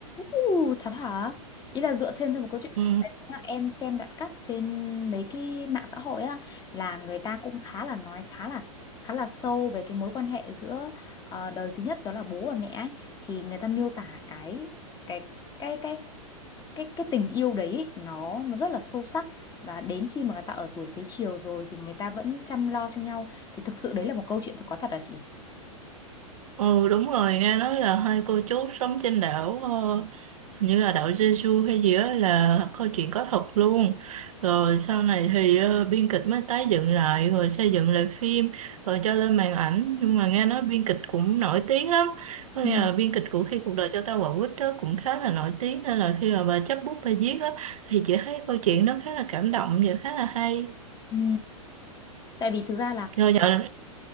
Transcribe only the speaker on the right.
Ừ.
Ừ đúng rồi, nghe nói là hai cô chú sống trên đảo ờ, hình như là đảo Jeju hay gì đó là câu chuyện có thật luôn. Rồi sau này thì ờ, biên kịch mới tái dựng lại rồi xây dựng lại phim rồi cho lên màn ảnh nhưng mà nghe nói biên kịch cũng nổi tiếng lắm. Có
nghĩa là biên kịch của khi cuộc đời cho ta quả quýt đó cũng khá là nổi tiếng nên là khi mà bà chấp bút bà viết á thì chị thấy câu chuyện nó khá là cảm động và khá là hay.
Rồi nhận